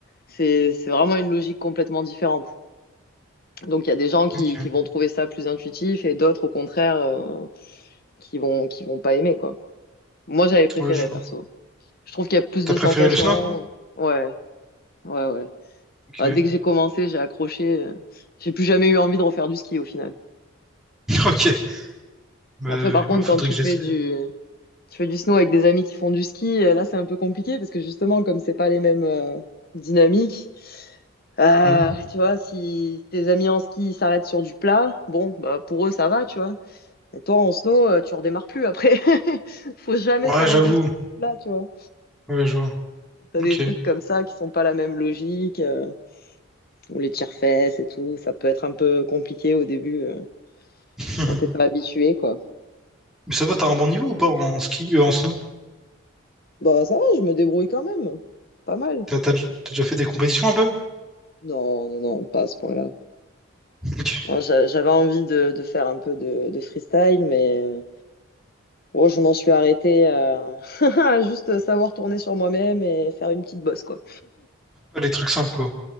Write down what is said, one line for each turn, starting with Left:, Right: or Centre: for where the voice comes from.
Left: C'est, c'est vraiment une logique complètement différente. Donc il y a des gens qui,
Centre: ok.
Left: qui vont trouver ça plus intuitif et d'autres au contraire euh, qui vont qui vont pas aimer quoi. Moi j'avais préféré
Centre: Ouais, je vois.
Left: perso. Je trouve qu'il y a plus
Centre: T'as
Left: de
Centre: préféré
Left: sensations.
Centre: le snow?
Left: Ouais, ouais, ouais.
Centre: Ok.
Left: Ah, dès que j'ai commencé, j'ai accroché. euh, J'ai plus jamais eu envie de refaire du ski au final.
Centre: <laughs> Ok. Bah,
Left: Après par contre
Centre: ouais, faudrait
Left: quand tu
Centre: que
Left: fais
Centre: j'essaie.
Left: du tu fais du snow avec des amis qui font du ski, euh, là c'est un peu compliqué parce que justement comme c'est pas les mêmes euh, dynamiques. Euh,
Centre: Hmm.
Left: tu vois, si tes amis en ski ils s'arrêtent sur du plat, bon, bah pour eux ça va, tu vois. Et toi, en snow, euh, tu redémarres plus après. <laughs> Faut jamais
Centre: Ouais,
Left: s'arrêter
Centre: j'avoue.
Left: sur là, tu vois.
Centre: Ouais, je vois.
Left: T'as
Centre: Ok.
Left: des trucs comme ça qui sont pas la même logique, euh, ou les tire-fesses et tout. Ça peut être un peu compliqué au début euh,
Centre: <laughs>
Left: quand t'es pas habitué, quoi.
Centre: Mais ça va, t'as un bon niveau ou pas en ski, euh, en snow?
Left: Bah, ça va, je me débrouille quand même. Pas mal.
Centre: T'as t'as dj- t'as déjà fait des compétitions un peu?
Left: Non, non, non, pas à ce point-là.
Centre: Ok.
Left: Hein, j'a- J'avais envie de, de faire un peu de, de freestyle, mais euh, bon, je m'en suis arrêtée à <laughs> à juste savoir tourner sur moi-même et faire une petite bosse, quoi.
Centre: Ouais, les trucs simples, quoi.